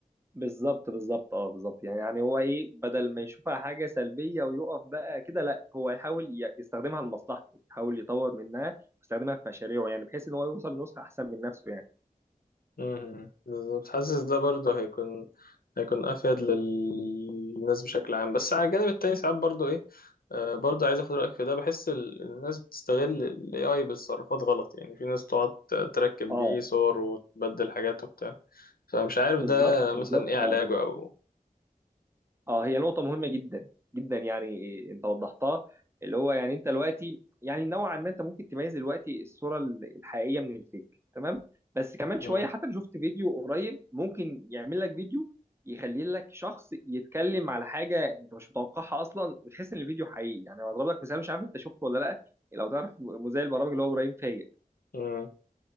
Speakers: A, on the right (about 15°); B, on the left (about 80°).
A: بالظبط بالظبط اه بالظبط يعني يعني هو ايه بدل ما يشوفها حاجه سلبيه ويقف بقى كده لا هو يحاول ي- يستخدمها لمصلحته يحاول يطور منها ويستخدمها في مشاريعه يعني بحيث ان هو يوصل لنسخه احسن من نفسه يعني
B: مم. بالظبط حاسس ده برضه هيكون هيكون افيد للناس بشكل عام بس على الجانب التاني ساعات برضه ايه آه برضه عايز اخد رايك في ده بحس ال- الناس بتستغل الاي اي بالتصرفات غلط يعني في ناس تقعد ت- تركب
A: اه
B: بيه صور وتبدل حاجات وبتاع فمش عارف
A: بالظبط
B: ده مثلا
A: بالظبط
B: ايه علاجه
A: اه
B: او
A: اه هي نقطة مهمة جدا جدا يعني إيه، انت وضحتها اللي هو يعني انت دلوقتي يعني نوعا ما انت ممكن تميز دلوقتي الصورة ال- الحقيقية من الفيك تمام بس كمان
B: مم.
A: شوية حتى أنا شفت فيديو قريب ممكن يعمل لك فيديو يخلي لك شخص يتكلم على حاجة انت مش متوقعها اصلا وتحس ان الفيديو حقيقي يعني انا هضرب لك مثال مش عارف انت شفته ولا لا لو تعرف مذيع البرامج اللي هو ابراهيم فايق
B: مم.